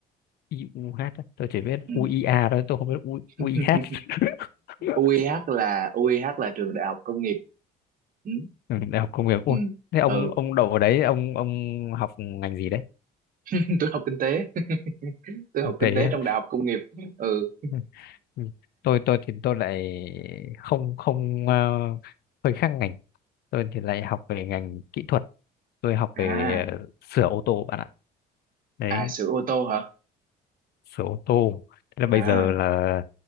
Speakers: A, on the left; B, on the right.
A: IUH á. tôi chỉ biết
B: ừ.
A: u i a thôi tôi không biết U-
B: <laughs>
A: UIH <laughs>
B: UIH là u i UIH là trường đại học công nghiệp ừ
A: Ừ, đại học công nghiệp ôi
B: ừ,
A: thế ông
B: ừ.
A: ông đậu ở đấy ông ông học ngành gì đấy
B: <laughs> tôi học kinh tế <laughs> tôi
A: kinh
B: học
A: tế
B: kinh tế
A: á
B: trong đại học công nghiệp ừ
A: Ừ. Ừ. tôi tôi thì tôi lại không không ờ, hơi khác ngành tôi thì lại học về ngành kỹ thuật tôi học
B: à
A: về ờ, sửa ô tô bạn ạ đấy
B: à sửa ô tô hả
A: sửa ô tô thế là bây
B: à
A: giờ là